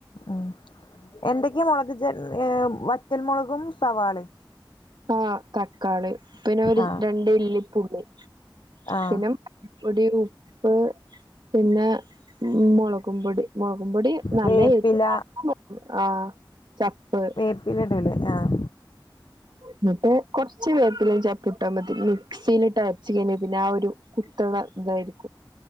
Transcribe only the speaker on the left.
ഉം എന്തൊക്കേ മൊളക് ഏഹ് വറ്റൽ മൊളകും സവാളേം
ആഹ്
ആഹ്
വേപ്പില
വേപ്പില ഇടുല്ലേ ആഹ്